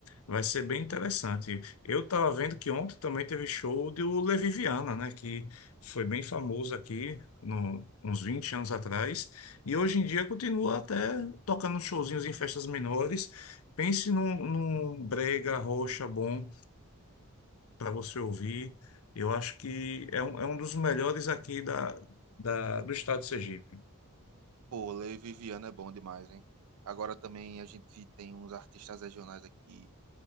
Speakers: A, on the left; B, on the right.
A: Vai ser bem interessante. Eu estava vendo que ontem também teve show do Levi Viana, né, que foi bem famoso aqui no, uns 20 anos atrás, e hoje em dia continua até tocando showzinhos em festas menores. Pense num, num brega, rocha bom para você ouvir. Eu acho que é um, é um dos melhores aqui da, da- do estado de Sergipe.
B: Pô, Lei Viviana é bom demais, hein? Agora também a gente tem uns artistas regionais aqui.